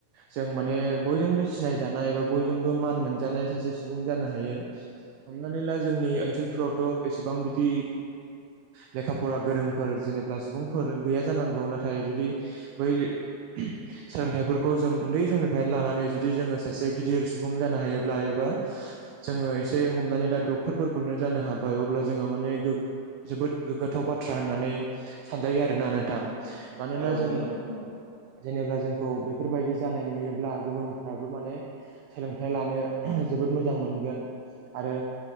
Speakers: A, on the right; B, on the right.
A: जों माने बयजोंबो सिनाय जानाय बा बयजोंबो मान मोनजानाय सासे <unintelligible> जानो हायो। हमनानै ला जोंनि ओनसोलफोरावथ' एसेबां बिदि लेखा फरा गोरोंफोर ज जेनेब्ला सुबुंफोर गैया जानांगौ नाथाय जुदि बै सोलोंथाइफोरखौ जों उन्दै समनिफ्रायनो लानानै जुदि जोंङो सासे गिदिर सुबुं जानो हायोब्ला एबा जोंङो एसे हमनानै ला डाक्टरफोरखौनो जानो हाबाय अब्ला जोंहा माने जोबोद गोग्गाथाव बाथ्रा होननानै सानजायो आरोना नोंथां। मानोना
B: औ नोंथां
A: जों
B: नंगौ नोंथां
A: जेनेब्ला जोंखौ बे बेफोरबायदि जानाय नुयोब्ला गुबुनफ्राबो माने सोलोंथाइ लानो जोबोद मोजां मोनगोन आरो